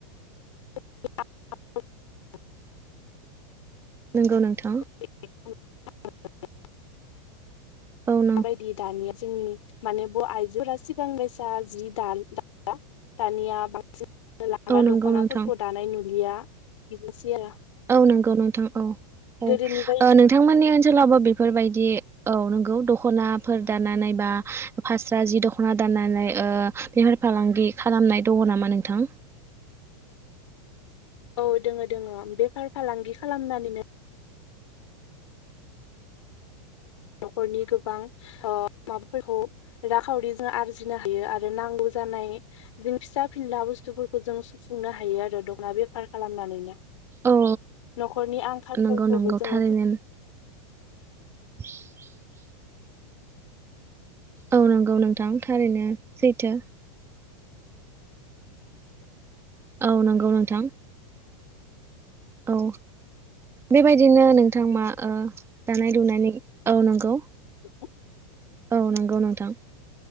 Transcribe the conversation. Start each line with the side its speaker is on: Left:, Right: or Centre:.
Left: <inaudible>
Right: नोंगौ नोंथां
Left: <inaudible>
Right: औ नों
Left: माबायदि दानिया जोंनि माने ब' आइजोफोरा सिगां बायसा जि <unintelligible> दानिया बांसिन लांगा
Right: औ नंगौ
Left: दख'नाफोरखौ
Right: नोंथां
Left: दानाय नुुलिया बिदिनोसै आरो
Right: औ नंगौ नोंथां औ औ
Left: गोदोनि बायदि
Right: ओ नोंथांमोननि ओनसोलावबो बेफोरबायदि औ नंगौ द ख'नाफोर दाननानै बा फास्रा जि दख'ना दाननानै ओ बेफार फालांगि खालाम नाय दङ' नामा नोंथां
Left: औ दोङो दोङो बेफार फालांगि खालामनानैनो न'खरनि गोबां ओ माबाफोरखौ राखावरिजों आरजिनो हायो आरो नांगौ जानाय जों फिसा फिनला बुस्थुफोरखौ जों सुफुंनो हायो आरो दखना बेफार खालामनानैनो
Right: औ
Left: न'खरनि आंखालफोरखौबो
Right: नंगौ नंगौ
Left: जोङो
Right: थारैनो <unintelligible> औ नंगौ नोंथां थारैनो सैथो औ नंगौ नोंथां औ बेबायदिनो नोंथां मा ओ दानाय लुनायनि औ नंगौ
Left: <unintelligible>
Right: औ नंगौ नोंथां